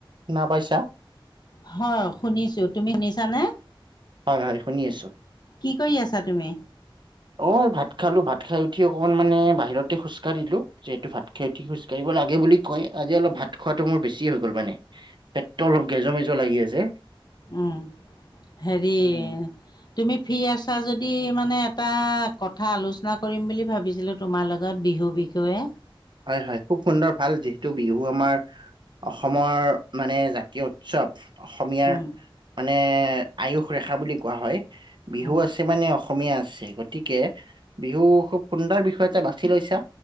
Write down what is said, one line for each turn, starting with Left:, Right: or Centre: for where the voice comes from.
Right: শুনা পাইচা?
Left: হয় শুনিছোঁ তুমি শুনিছানে
Right: হয় হয় শুনি আছোঁ।
Left: কি কৰি আছা তুমি
Right: অ ভাত খালো ভাত খাই উঠি অকমান মানে বাহিৰতে খোজকাঢ়িলো। যিহেতু ভাত খাই উঠি খোজ কাঢ়িব লাগে বুলি কয় আজি অলপ ভাত খোৱাটো মোৰ বেছি হৈ গ'ল মানে। পেটটো অলপ গেজ মেজ লাগি আছে।
Left: উম হেৰি
Right: উম,
Left: তুমি ফ্ৰী আছা যদি মানে এটা কথা আলোচনা কৰিম বুলি ভাবিছিলো। তোমাৰ লগত বিহু বিষয়ে।
Right: হয় হয় খুব সুন্দৰ ভাল যিহেতু বিহু আমাৰ অসমৰ মানে জাতীয় উৎসৱ। অসমীয়াৰ
Left: উম
Right: মানে আয়ুস ৰেখা বুলি কোৱা হয় বিহু
Left: উম
Right: আছে মানে অসম অসমীয়া আছে গতিকে বিহু খুব সুন্দৰ বিষয় এটা বাছি লৈছা